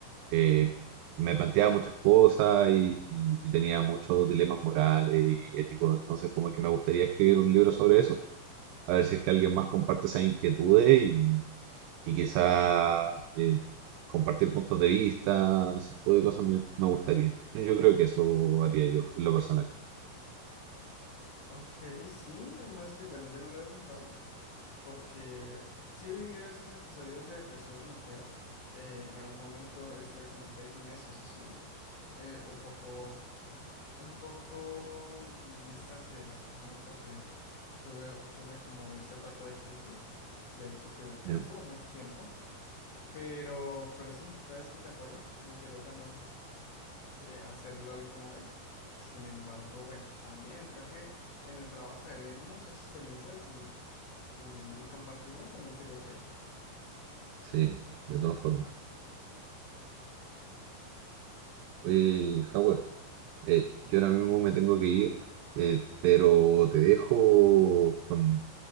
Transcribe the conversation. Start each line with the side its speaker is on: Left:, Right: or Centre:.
Right: eh, me planteaba muchas cosas y, y- y tenía muchos dilemas morales y éticos, entonces como que me gustaría escribir un libro sobre eso, a ver si es que alguien más comparte esas inquietudes y, y quizá eh, compartir puntos de vista, ese tipo de cosas me, me gustaría. Yo creo que eso haría yo, en lo personal.
Left: Ok, sí, además que, bueno, yo no lo había pensado. porque sí he vivido esos episodios de depresión, no creas. Eh, en algún momento estuve como seis meses así, eh, un poco, un poco distante de las personas porque tuve, tuve como esa etapa de crisis, de hecho que estuvo
Right: ¿ya?
Left: mucho tiempo, pero, pero sí, sabes que te apoyo, me gustaría también eh, hacerlo alguna vez. Sin embargo, bueno, también creo que en el trabajo se viven muchas experiencias y, y y compartirlas también sería chévere.
Right: Sí, de todas formas. Oye, Howard. Eh, yo ahora mismo me tengo que ir, eh, pero te dejo con,